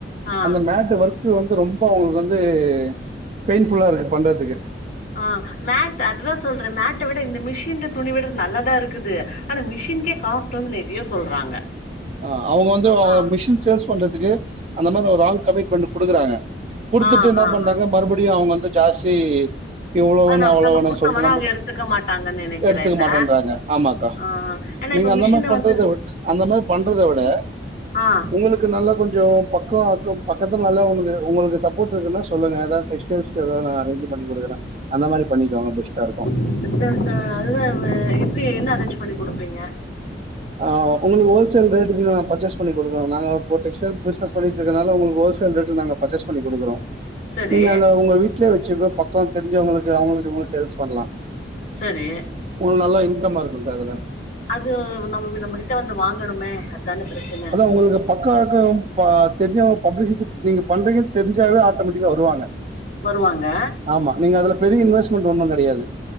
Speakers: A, on the left; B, on the right.
A: ஆ
B: அந்த மேட் வந்து <inaudible> வந்து ரொம்ப அவுங்களுக்கு வந்து பெயின்ஃபுல்லா இருக்கு பண்றதுக்கு
A: ஆ மேட் அதுதா சொல்றே மேட்ட விட இந்த மிஷின்ல துணி விடுறது நல்லாதா இருக்குது ஆனா மிஷின்கே காஸ்ட் வந்து நெறையா சொல்றாங்க
B: ஆ அவுங்க வந்து அவுங்க
A: ஆ
B: மிஷின் சேல்ஸ் பண்றதுக்கு அந்த மாரி ஒரு ராங் கமிட்மெண்ட் குடுக்குறாங்க குடுத்துட்டு
A: ஆ
B: என்னா
A: ஆ
B: பண்றாங்க
A: ஆ
B: மறுபடியு அவுங்க வந்து ஜாஸ்தி இவ்ளோ
A: ஆனா
B: வேணு அவ்ளோ
A: நம்ம
B: வேணுனு
A: குடுத்தோம்னா
B: சொல்று நம்ப
A: அவங்க எடுத்துக்க மாட்டாங்கன்னு நெனைக்கிறே
B: எடுத்துக்க
A: இல்ல
B: மாட்றன்றாங்க ஆமா கா
A: ஆ ஏன்னா
B: நீங்க
A: இப்ப
B: அந்த
A: மிஷின
B: மாரி பண்றத
A: வந்து
B: விட் அந்த மாதிரி பண்றத விட
A: ஆ
B: ஒங்களுக் கு நல்லா கொஞ்சோ பக்கோ <inaudible> பக்கத்துல நல்லா ஒங்க்ளுக்கு ஒங்க்ளுக்கு சப்போட் இருக்குன்னா சொல்லுங்க ஏதாது பிசினஸ்க்கு எதாது நா அரேஞ் பண்ணி குடுக்குற அந்த மாரி பண்ணிக்கோங்க பெஸ்ட்டாருக்கு
A: <unintelligible> அதுதா எப் எப்டி என்ன அரேஞ்ச் பண்ணி குடுப்பீங்க
B: ஆ ஒங்களுக்கு ஹோல்சேல் ரேட்டுக்கு நா பர்ச்சஸ் பண்ணி குடுக்குற நாங்க டெக்ஸ்டைல் பிசினஸ் பண்ணிட்டுருக்கனால ஒங்களுக்கு ஹோல்சேல் ரேட்டுக்கு நாங்க பர்ச்சஸ் பண்ணி குடுக்குறோ
A: சரி
B: நீங்க அங்க ஒங்க வீட்லயே வச்சுக்கூட பக்கோ தெரிஞ்சவங்களுக்கு அவங்களுக்கு இவங்களுக் சேல்ஸ் பண்லா
A: சேரி
B: ஒங்களுக்கு நல்ல இன்கம்மா இருக்குங்கா அதுல
A: அது நம்ப நம்பகிட்ட வந்து வாங்கணுமே அதான பிரச்சன
B: ஒங்களுக்கு பக்கவாக்கோ ப தெரிஞ்சவ பப்ளிசிட்டி நீங்க பண்றீங்கன் தெரிஞ்சாவே ஆட்டோமேட்டிக்கா வருவாங்க
A: வருவாங்க
B: ஆமா நீங்க அதுல பெரிய இன்வெஸ்ட்மெண்ட் ஒன்னு கெடையாது